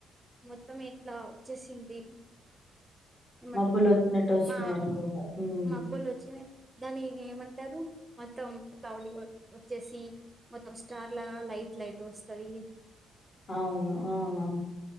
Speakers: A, on the right (about 20°); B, on the left (about 45°).
A: మొత్తం ఇట్ల వచ్చేసింది మటు
B: మబ్బులు వచ్చినట్టు వచ్చినాయి
A: మా
B: అనుకుంటా ఉమ్
A: మబ్బులు వొచ్చినాయి దాని ఏమంటరు మొత్తం తౌడి వచ్చేసి మొత్తం స్టార్ లాగ లైట్ లైట్ గ వస్తది
B: అవును ఆ అ